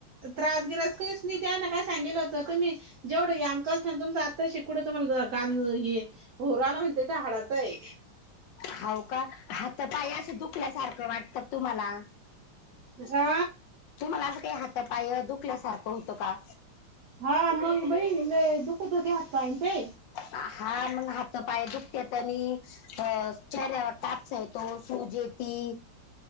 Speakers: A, on the right; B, on the left.
A: त्रासगिरस काहीच नाही त्याना काय सांगितलं होत तुमी जेवढं या आमकाल सांगतम आता शिकवड तुम्हाला गाण हे होरा आला म्हणते ते हाडाचा हाय.
B: हाव का? हा तर पाय असं दुखल्यासारखं वाटत तुमला?
A: आ
B: तुम्हाला असं काही हात, पाय दुखल्यासारखं होतं का?
A: हा मंग बई दुःखत होते हातपाय आणि ते.
B: हा. मंग हात, पाय दुखत्यात आणि अ चेहऱ्यावर ताप येतो, सुज येती.